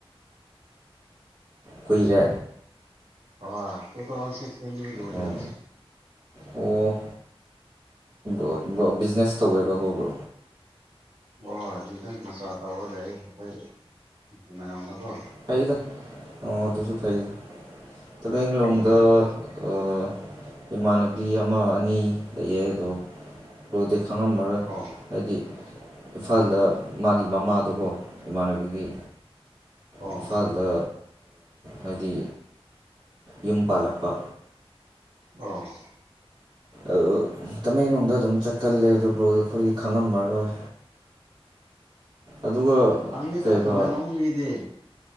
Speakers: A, on the right (about 45°); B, on the right (about 75°).
A: ꯀꯨꯏꯔꯦ
B: ꯑꯥ ꯇꯨꯊꯥꯎꯖꯟ ꯁꯤꯛꯇꯤꯟꯒꯤ ꯂꫭꯒ꯭ꫪꯕꯅꯤ
A: ꯑꯣ ꯑꯣ ꯑꫭ ꯕ꯭ꯔꫭ ꯕꯤꯖꯤꯅꯦꯁ ꯇꯧꯋꯦꯕꯀꯣꯕ꯭ꯔꯣ
B: ꯍꫭꯏ ꯍꯣꯏ ꯕꯤꯖꯤꯅ‌ꯦꯁ ꯃꯆꯥ ꯇꯧꯔ ꯂꯩꯌ‌ꯦ ꯑꯩꯈꯣꯏ ꯃꯌꯥꯝꯅꯀꯣ
A: ꯐꯩꯗ ꯑꯣ ꯑꯗꯨꯁꯨ ꯐꯩꯌ‌ꯦ ꯇꯃꯦꯡꯂꯣꯡꯗ
B: ꯎꯝ
A: ꯑꯥ ꯏꯃꯥꯟꯅꯕꯤ ꯑꯃ ꯑꯅꯤ ꯂꯩꯌꯦ ꯑꯗꯣ ꯕ꯭ꯔꫭꯗꯤ ꯈꯪꯉꯝꯃꯔꯣꯏ
B: ꯑꯣ
A: ꯍꯥꯏꯗꯤ ꯏꯝꯐꯥꯜꯗ ꯃꯥꯒꯤ ꯃꯃꯥꯗꫭꯀꯣ ꯏꯃꯥꯟꯅꯕꯤꯒꯤ
B: ꯑꯣ
A: ꯏꯝꯐꯥꯜꯗ ꯍꯥꯏꯗꯤ ꯌꯨꯝ ꯄꯥꯜꯂꯛꯄ
B: ꯑꫭ
A: ꯑꯥꯑꯛ ꯇꯃꯦꯡꯂꯣꯡꯗ ꯑꯗꯨꯝ ꯆꯠꯀꯜꯂꯦ ꯑꯗꫭ ꯕ꯭ꫪꫭ ꯈꫪꯗꯤ ꯈꯪꯉꯝꯃꯔꯣꯏ ꯑꯗꯨꯒ
B: ꯍꯥꯡꯅꯤꯗꯥ
A: ꯀꯩꯕ
B: ꯇꯃ‌ꯦꯡꯂꫭꯡ ꯃꯤꯗꯤ